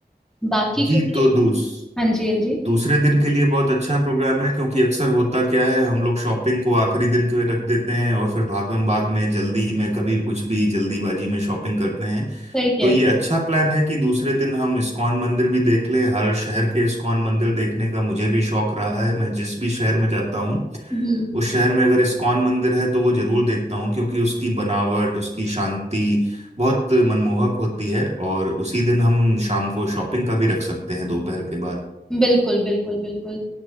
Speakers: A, in the centre; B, on the right (about 40°).
A: बाकी क्योंकि
B: जी तो दूस,
A: हाँ जी हाँ जी
B: दूसरे दिन के लिए बहुत अच्छा प्रोग्राम है क्योंकि अक्सर होता क्या है हम लोग शॉपिंग को आखिरी दिन के लिए रख देते हैं और फिर भागम भाग में जल्दी में कभी कुछ भी जल्दीबाजी में शॉपिंग करते हैं
A: सही कह
B: तो
A: रहे
B: ये
A: हैं।
B: अच्छा प्लान है कि दूसरे दिन हम इस्कॉन मंदिर भी देख लें हर शहर के इस्कॉन मंदिर देखने का मुझे भी शौक रहा है मैं जिस भी शहर में जाता हूँ
A: हम्म
B: उस शहर में अगर इस्कॉन मंदिर है तो वो जरूर देखता हूँ क्योंकि उसकी बनावट उसकी शांति बहुत मनमोहक होती है और उसी दिन हम शाम को शॉपिंग का भी रख सकते हैं दोपहर के बाद
A: बिल्कुल बिल्कुल बिल्कुल